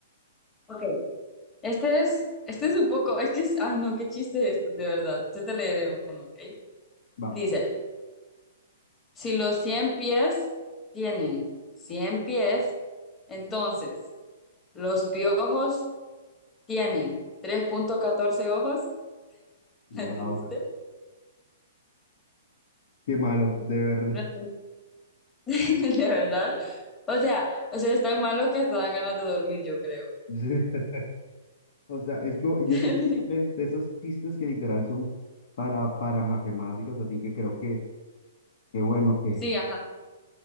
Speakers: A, on the left; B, on the left.
A: Ok. Este es, este es un poco, es que, es- ay no, qué chiste es esto, de verdad. Yo te leeré uno, ¿ok?
B: Va,
A: Dice, si los 100 pies tienen 100 pies, entonces... Los piojos tienen tres punto catorce ojos, <laughs>
B: wow,
A: ¿la entendiste?
B: qué malo, de verdad.
A: No entendí, <laughs> De verdad. O sea, o sea, es tan malo que hasta dan ganas de dormir, yo creo.
B: <laughs> O sea, es como, yo
A: <laughs>
B: siento que es de, esos chistes que literal son para, para matemáticos, así que creo que, que bueno, que,
A: Sí, ajá.